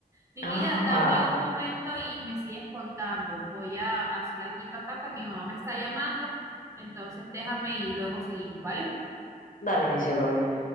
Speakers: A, on the right; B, on the left.
A: Mi vida,
B: Ajá.
A: dame un momento y me sigues contando. Voy a hacer algo acá que mi mamá me está llamando. Entonces déjame y luego seguimos, ¿vale?
B: Dale, mi cielo bello.